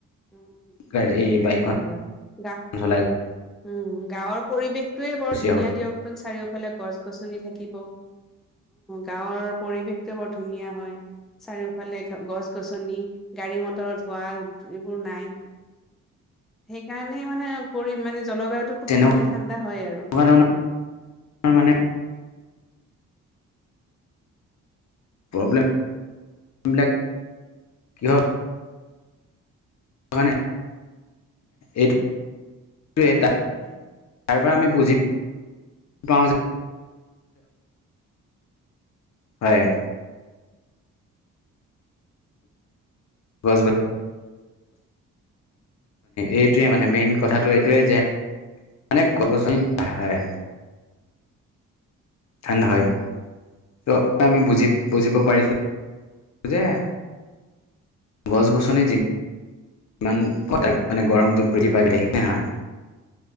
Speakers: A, in the centre; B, on the left.
A: অ
B: গা এই বাইকখন
A: হয় হয় গা
B: চলাই।
A: উম গাঁৱৰ পৰিবেশটোয়ে বৰ
B: গুচি
A: ধুনীয়া
B: আহোতে
A: দিয়কোন চাৰিওফালে গছ গছনি থাকে। থিব অ গাঁৱৰ পৰিৱেশটো বৰ ধুনীয়া হয়। চাৰিওফালে গছ গছনি গাড়ী মটৰত হোৱা এইবোৰ নাই। সেইকাৰণে মানে পৰি মানে জলবায়ুটো খুব
B: তেনেকুৱা
A: ধুনীয়া ঠাণ্ডা হয় আৰু
B: ধৰণৰ মানে প্ৰবলেম বিলক কিহৰ? টোকানে এইটো তোৱে টা
A: আৰু
B: তাৰ পৰা আমি বুজি পাওঁ হয়। গছ গ এইটোৱে মানে মেইন কথাটো এইটোৱে যে মানে কলগছনি হয়। ঠাণ্ডা হয়। ত আমি বুজি বুজিব পাৰিছো যে গছ -গছনি যিম ইমান প মানে গৰমটো বৃদ্ধি পাই থাকিব নহয়।